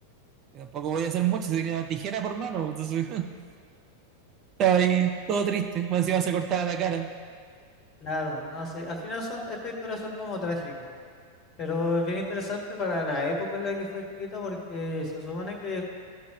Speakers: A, on the right; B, on the left.
A: y tampoco podía hacer mucho, se tenía una tijera por mano, entonces <laughs> estaba ahí todo triste, más encima se cortaba la cara.
B: Claro, no sé, al final son, estas historias son como trágicas, pero es bien interesante para la época en la que fue escrita porque se supone que